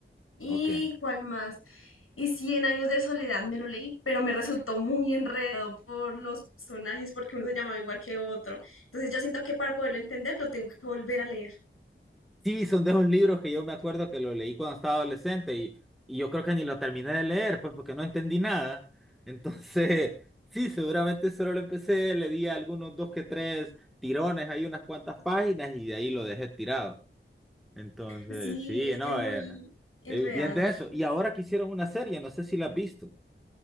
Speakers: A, on the left; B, in the centre.
A: ¿Y
B: ok.
A: cuál más? Y Cien Años de Soledad me lo leí, pero me resultó muy enredado por los personajes, porque uno se llamaba igual que otro. Entonces yo siento que para poderlo entender lo tengo que volver a leer.
B: Sí, son de esos libros que yo me acuerdo que lo leí cuando estaba adolescente y, y yo creo que ni lo terminé de leer, pues porque no entendí nada. <laughs> Entonces, sí, seguramente solo lo empecé, le di algunos dos que tres tirones, hay unas cuantas páginas y de ahí lo dejé tirado. Entonces,
A: Sí,
B: sí,
A: es
B: no,
A: que es muy
B: era,
A: enredado.
B: eh, bien de
A: sí.
B: eso. Y ahora que hicieron una serie, no sé si la has visto.